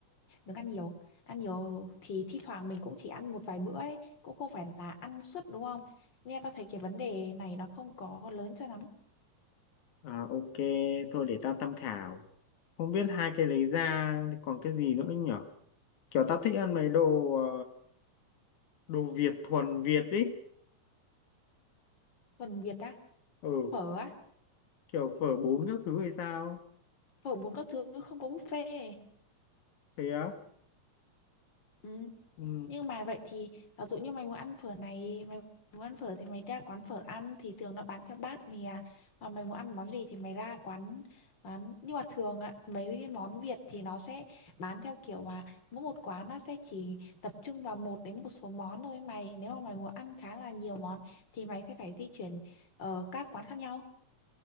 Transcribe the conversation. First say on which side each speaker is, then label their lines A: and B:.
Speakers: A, on the left; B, on the left.
A: đừng ăn nhiều ăn nhiều thì thi thoảng mình cũng chỉ ăn một vài bữa ấy cũng không phải là ăn suốt đúng không nghe tao thấy cái vấn đề này nó không có lớn cho lắm
B: à, ok thôi để ta tham khảo không biết hai cái lấy ra thì còn cái gì nữa nhở kiểu ta thích ăn mấy đồ ờ, đồ Việt thuần Việt ý
A: phần Việt á
B: ừ
A: phở á
B: kiểu phở bún các thứ hay sao
A: phở bún các thứ không có buffet
B: thế á
A: Ừ,
B: ừ,
A: Nhưng mà vậy thì ví dụ như mày muốn ăn phở này, mày muốn ăn phở thì mày ra quán phở ăn thì thường nó bán theo bát nè. Và mày muốn ăn món gì thì mày ra quán quán nhưng mà thường á, mấy cái món Việt thì nó sẽ bán theo kiểu mà mỗi một quán nó sẽ chỉ tập trung vào một đến một số món thôi mày. Nếu mà mày muốn ăn khá là nhiều món thì mày sẽ phải di chuyển ở các quán khác nhau.